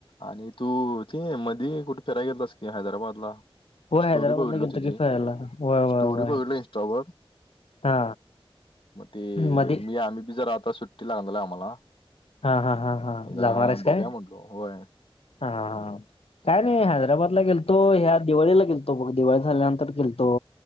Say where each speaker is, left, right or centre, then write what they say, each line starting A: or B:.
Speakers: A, on the left; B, on the left.
A: आणि तू, ते मध्ये कुठे फिरायला गेलतास कि हैदराबाद ला
B: होय
A: स्टोरी
B: हैदराबादला
A: बघितलो,
B: गेलतो
A: तुझी
B: की फिरायला होय होय
A: स्टोरी
B: होय
A: बघितलो इंस्टावर
B: हा
A: मग ते,
B: मध्ये
A: मी, आम्ही बी, जरा आता सुट्टी लागला आम्हाला.
B: हा, हा, हा!
A: जरा
B: जाणार आहेस काय
A: बघुया, म्हणलो होय.
B: हा.. काय नाही, हैदराबादला गेलतो, ह्या दिवाळीला गेलतो बघ, दिवाळी झाल्यानंतर गेलतो.